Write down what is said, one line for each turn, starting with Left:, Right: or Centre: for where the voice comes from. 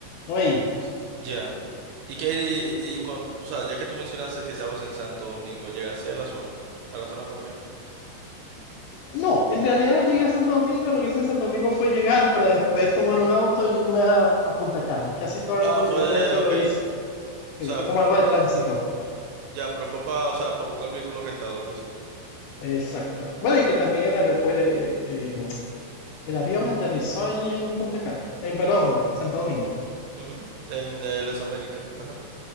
Left: no he ido.
Right: ya. Y que y, y con- o sea, ya que tú mencionaste que estabas en Santo Domingo, llegaste a la zona, a la zona colonial.
Left: No, en realidad llegué a Santo Domingo, lo que hice en Santo Domingo fue llegar para después tomar un auto e irme a, a Punta Cana. Casi todo
Right: Ah,
Left: el,
Right: fue
Left: el
Right: de,
Left: resto
Right: ok.
Left: lo
Right: O
Left: hice. Sí,
Right: sea,
Left: fue
Right: fu-
Left: como algo
Right: fu-
Left: de tránsito.
Right: ya, pero fue para, o sea, para buscar vehículos rentados o algo así.
Left: Exacto. Bueno, y que también el aeropuerto, eh, eh, el avión aterrizó allí en Punta Cana. En, perdón, Santo Domingo.
Right: Ujú. En, eh, las Américas. Ajá.